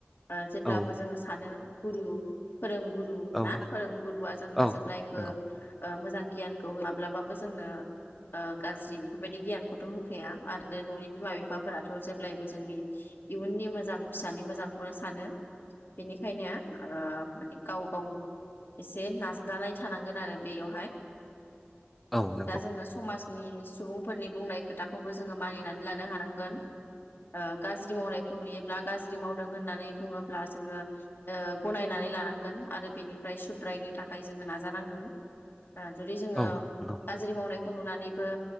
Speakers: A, on the left (about 60°); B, in the centre.
A: ओ जेब्लाबो
B: औ
A: जोङो सानो गुरु फोरोंगुरु
B: औ
A: ना फोरोंगुरुआ जोंनो
B: औ
A: जेब्लायबो
B: नंगौ
A: मोजां गियानखौ माब्लाबाबो जोंनो ओगाज्रि बेफोरबायदि गियानखौथ' होखाया आरो न'नि बिमा बिफाफोराथ' जेब्लायबो जोंनि इयुननि मोाजां मोजां फिसानि मोजांखौनो सानो। बेनिखायनो माने गाव गाव एसे नाजानाय थानांगोन आरो बेयावहाय
B: औ नंगौ
A: दा जोङो समाज नि सुबुंफोरनि बुंनाय खोथाखौबो जों जो मानिनानै लानो हानांगोन। ओ गाज्रि मावनायखौ नुयोब्ला गाज्रि मावदों होननानै बुङोब्ला जोङो ओ गनायनानै लानांगोन आरो बेनिफ्राय सुद्रायनो थाखाय जोङो नाजानांगोन ओ जुदि जोङो
B: औ नंगौ
A: गाज्रि मावनायखौ नुनानैबो